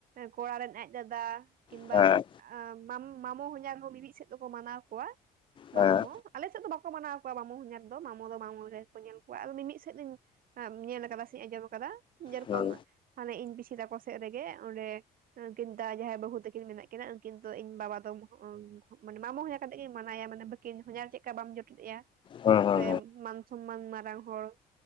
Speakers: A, on the right (about 55°); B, on the left (about 30°).
A: ᱠᱚᱲᱟ ᱨᱮᱱ ᱟᱡ ᱫᱟᱫᱟ᱾ ᱠᱤᱱᱵᱟᱢ
B: ᱦᱮᱸ
A: ᱢᱟᱢ ᱢᱟᱢᱚ ᱦᱚᱧᱟᱨ ᱦᱚᱸ ᱢᱤ-ᱢᱤᱫ ᱥᱮᱫ ᱫᱚᱠᱚ ᱢᱟᱱᱟᱣ ᱠᱚᱣᱟ ᱢᱟᱢᱚ
B: ᱦᱮᱸ
A: ᱦᱚᱸ᱾ ᱟᱞᱮ ᱥᱮᱫ ᱫᱚ ᱵᱟᱠᱚ ᱢᱟᱱᱟᱣ ᱠᱚᱣᱟ ᱢᱟᱢᱚ ᱦᱚᱧᱟᱨ ᱫᱚ ᱢᱟᱢᱚ ᱫᱚ ᱢᱟᱢᱚ ᱜᱮ ᱠᱚ ᱧᱮᱞ ᱠᱚᱣᱟ, ᱟᱫᱚ ᱢᱤ-ᱢᱤᱫ ᱥᱮᱫ ᱫᱚᱧ ᱧᱮᱞ ᱠᱟᱫᱟ ᱥᱮ ᱟᱸᱡᱚᱢ ᱠᱟᱫᱟ ᱡᱮ ᱨᱚᱠᱚᱢ
B: ᱦᱮᱸ
A: ᱦᱟᱱᱮ ᱤᱧ ᱯᱤᱥᱤ ᱛᱟᱠᱚ ᱥᱮᱫ ᱨᱮᱜᱮ ᱚᱸᱰᱮ <unintelligible> ᱡᱟᱦᱟᱸᱭ ᱵᱟᱹᱦᱩ ᱛᱟᱝᱠᱤᱱ ᱢᱮᱱᱟᱜ ᱠᱤᱱᱟ ᱩᱝᱠᱤᱱ ᱫᱚ ᱤᱧ ᱵᱟᱵᱟ ᱫᱚ ᱢᱟᱱᱮ ᱢᱟᱢᱚ ᱦᱚᱧᱟᱨ ᱠᱟᱛᱮᱜ ᱜᱮ ᱢᱟᱱᱟᱣᱮᱭᱟ, ᱢᱟᱱᱮ ᱠᱤᱧ ᱦᱚᱧᱟᱨ ᱪᱮᱫᱠᱟ ᱵᱟᱢ ᱡᱚᱴᱮᱫ ᱮᱭᱟ
B: ᱦᱮᱸ ᱦᱮᱸ
A: ᱥᱮ ᱢᱟᱱ ᱥᱚᱢᱢᱟᱱ ᱢᱟᱨᱟᱝ ᱦᱚᱲ